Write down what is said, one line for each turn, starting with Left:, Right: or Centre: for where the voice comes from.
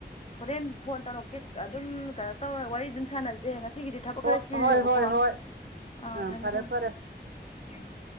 Left: ꯍꯣꯔꯦꯟ ꯐꯣꯟ ꯇꯧꯔꯛꯀꯦ ꯑꯗꯨꯝ ꯀꯩꯅꯣ ꯇꯧꯔ ꯋꯥꯔꯤ ꯑꯗꯨꯝ ꯁꯥꯟꯅꯖꯦ ꯉ ꯁꯤꯒꯤꯗꯤ ꯊꯕꯛ
Right: ꯍꯣꯏ
Left: ꯈꯔ ꯆꯤꯜꯂꯦꯕꯀꯣ
Right: ꯍꯣꯏ ꯍꯣꯏ ꯍꯣꯏ
Left: ꯑꯥ
Right: ꯑ
Left: ꯊꯝꯃꯦ
Right: ꯐꯔꯦ
Left: ꯊꯝꯃꯦ
Right: ꯐꯔꯦ
Left: ꯑꯥ